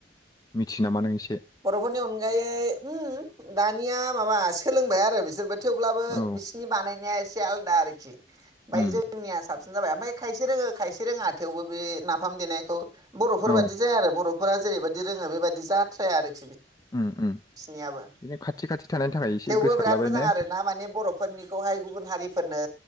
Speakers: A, on the left; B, on the right.
A: मिथियो नामा नों एसे
B: बरफोरनि अन अनगायै ओम दानिया माबा सोलोंबाय आरो बिसोरबो, थेवब्लाबो
A: औ
B: बिसिनि बानायनाया एसे, एसे आलदा आरिखि, ओमफाय
A: उम
B: जोंनिया साबसिन जाबाय ओमफाय, खायसे रोङो खायसे रोङा थेवबो बे नाफाम देनायखौ, बर'फोर
A: औ
B: बादि जाया आरो बरफ बर'फोरा जेरैबायदि रोङो बेबायदि जा, जाया आरोखि बिसिनियाबो
A: उम उम बिदिनो खाथि खाथि थानायनि थाखाय एसे
B: थेवबो
A: गोसारलाबाय
B: बिराद मोजां
A: ने
B: आरोना माने बर' फोरनिखौहाय गुबुन हारि, फोरनो